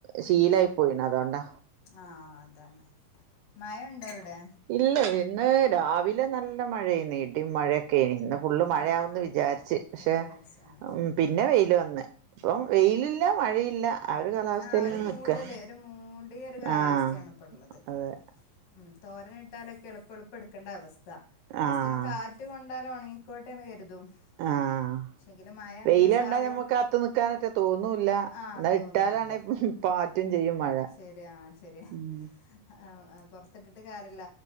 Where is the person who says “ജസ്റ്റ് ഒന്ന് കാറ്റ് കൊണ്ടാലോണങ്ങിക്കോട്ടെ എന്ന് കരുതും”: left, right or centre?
Left